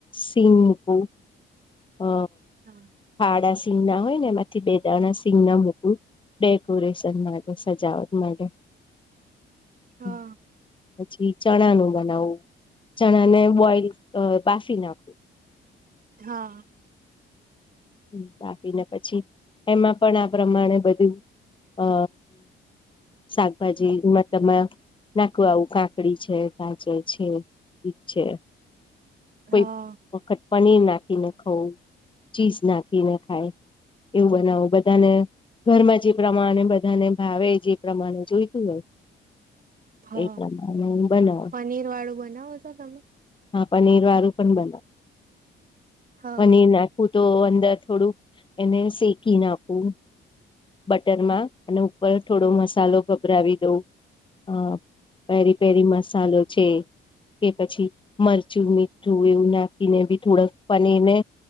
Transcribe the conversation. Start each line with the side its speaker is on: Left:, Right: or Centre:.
Left: સીંગ મુકું અ
Right: હા
Left: ફાડશ સીગ ના હોય ને એમાંથી બે દાણા સી સિગ ના મૂકું ડેકોરેશન માટે સજાવટ માટે
Right: હા
Left: હમ્મ પછી ચણા નું બનાવું ચણા ને બોઈલ અ બાફી નાખું
Right: હા
Left: હ તાપીને પછી એમાં પણ આ પ્રમાણે બધું અ શાકભાજીમાં ત નાખવા આવું કાકડી છે ગાજર છે બીજ છે કોઈક
Right: હા
Left: વખત પનીર નાખીને ખઉું ચીઝ નાખીને ખાય એવું બનાવું બધાને ઘરમાં જે પ્રમાણે બધાને ભાવે જે પ્રમાણે જોઈતું હોય
Right: હા
Left: એ પ્રમાણે હું બનાવું
Right: પનીર વાળું બનાવો છો તમે
Left: હા પનીર રું બ
Right: હા
Left: મ નાખ તો અંદર થોડુંક એને શેકી નાખવું, બટરમાં અને ઉપર થોડો મસાલો ગભરાવી દઉં અ પહેરી પહેરી મસાલો છે, કે પછી મરચું મીઠું એવું નાખીને બી થોડોક ફને ને